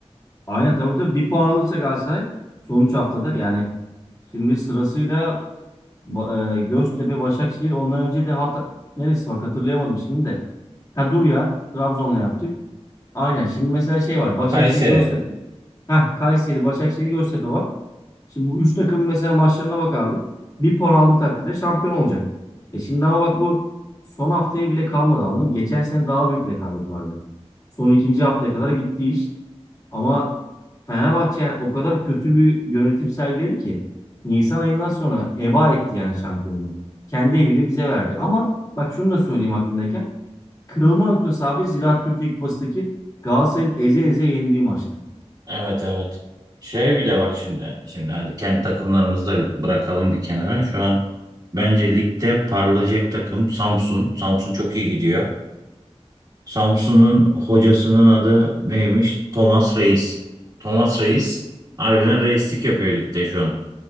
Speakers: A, on the left (about 30°); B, on the right (about 40°).
A: Aynen tabii tabii bir puan alırsa Galatasaray sonuç haftada yani şimdi sırasıyla Ba- e, Göztepe, Başakşehir. Ondan önce de hat neresi bak hatırlayamadım şimdi de. Ha dur ya. Trabzon'la yaptık. Aynen. Şimdi mesela şey var. Başakşehir,
B: Kayseri.
A: Göztepe. Ha Kayseri, Başakşehir, Göztepe var. Şimdi bu üç takım mesela maçlarına bak abi. Bir puan aldığı takdirde şampiyon olacak. E şimdi ama bak bu son haftaya bile kalmadı anladın mı? Geçen sene daha büyük rekabet vardı. Son ikinci haftaya kadar gitti iş. Ama Fenerbahçe yani o kadar kötü bir yönetim sergiledi ki Nisan ayından sonra heba etti yani şampiyonluğu. Kendi eliyle bize verdi. Ama bak şunu da söyleyeyim aklımdayken. Kırılma noktası abi Ziraat Türkiye Kupası'ndaki Galatasaray'ın eze eze yendiği maçtı.
B: Evet evet. Şey bir de bak şimdi. Şimdi hadi kendi takımlarımızı da bir bırakalım bir kenara. Şu an bence ligde parlayacak takım Samsun. Samsun çok iyi gidiyor. Samsun'un hocasının adı neymiş? Thomas Reis. Thomas Reis harbiden reislik yapıyor ligde şu an.